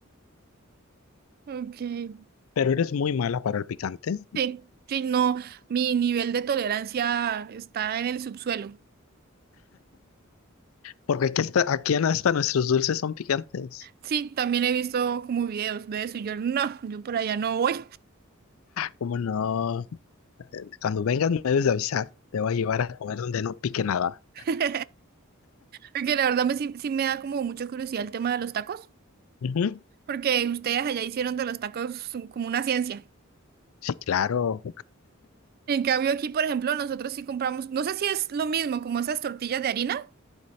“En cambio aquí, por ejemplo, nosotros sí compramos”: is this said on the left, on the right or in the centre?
Right